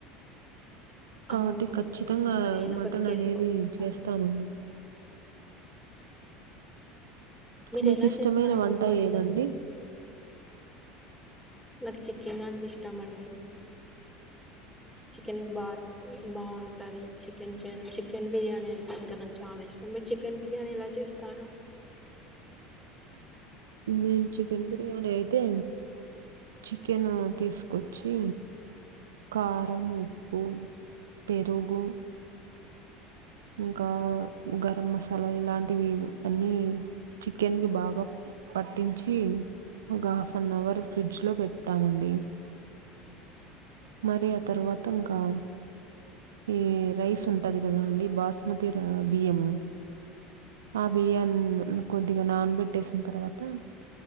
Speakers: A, on the right (about 65°); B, in the centre.
A: కాబట్టి
B: అవును
A: ఖచ్చితంగా
B: ఇంకా ఏదొకటి
A: మటన్
B: చేసుకుంటాం
A: అనేది చేస్తామండి
B: మీరు
A: మీకిష్టమైన
B: ఎలా చేస్తారు
A: వంట
B: మరి
A: ఏదండి?
B: నాకు చికెన్ అంటే ఇష్టమండి చికెన్ బాత్ బాగుంటది చికెన్ చేయడం చికెన్ బిర్యానీ అయితే ఇంక నాకు చాలా ఇష్టం మీరు చికెన్ బిర్యానీ ఎలా చేస్తారు
A: నేను చికెన్ బిర్యానీ అయితే చికెన్ తీసుకొచ్చి కారం ఉప్పు పెరుగు ఇంకా గరం మసాలా ఇలాంటివి అన్నీ చికెన్ కి బాగా పట్టించి ఒక హాఫ్ యన్ అవర్ ఫ్రిడ్జ్ లో పెడతామండి. మరి ఆ తర్వాత ఇంకా ఈ రైస్ ఉంటది కదా అండి బాస్మతి బియ్యము ఆ బియ్యాన్ని కొద్దిగా నానబెట్టేసిన తర్వాత